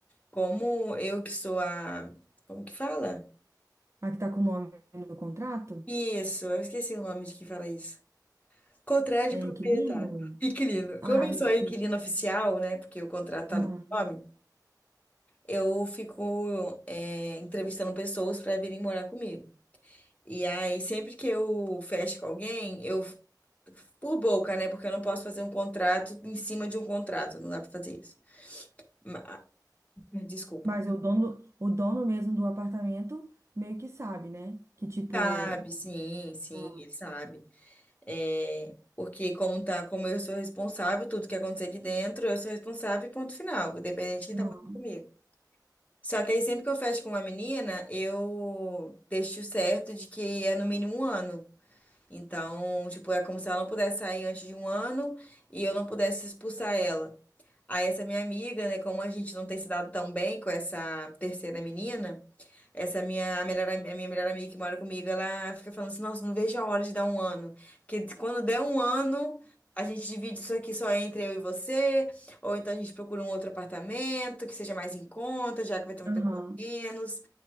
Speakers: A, on the left (about 20°); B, on the right (about 40°).
A: Como eu que sou a... Como que fala?
B: A que tá com o nome no contrato?
A: Isso, eu esqueci o nome de quem fala isso. Contrato de
B: É
A: proprietário.
B: inquilino?
A: Inquilino.
B: Ah,
A: Como eu sou
B: isso.
A: inquilino
B: isso.
A: oficial, né? Porque o contrato tá
B: Aham.
A: no meu nome, eu fico é, entrevistando pessoas para virem morar comigo. E aí, sempre que eu fecho com alguém, eu. Por boca, né? Porque eu não posso fazer um contrato em cima de um contrato. Não dá para fazer isso. Ma- Desculpa.
B: Mas o dono, o dono mesmo do apartamento meio que sabe, né? Que tipo.
A: Sabe, sim, sim,
B: ah,
A: ele sabe. É, porque como tá, como eu sou responsável, tudo que acontecer aqui dentro, eu sou responsável e ponto final, independente de quem tá
B: Aham.
A: morando comigo. Só que aí sempre que eu fecho com uma menina, eu deixo certo de que é no mínimo um ano. Então, tipo, é como se ela não pudesse sair antes de um ano e eu não pudesse expulsar ela. Aí essa minha amiga, né, como a gente não tem se dado tão bem com essa terceira menina, essa minha a melhor, a minha melhor amiga que mora comigo, ela fica falando assim, nossa, não vejo a hora de dar um ano. Porque quando der um ano, a gente divide isso aqui só entre eu e você, ou então a gente procura um outro apartamento que seja mais em conta, já que vai ter uma
B: Aham.
A: pessoa menos.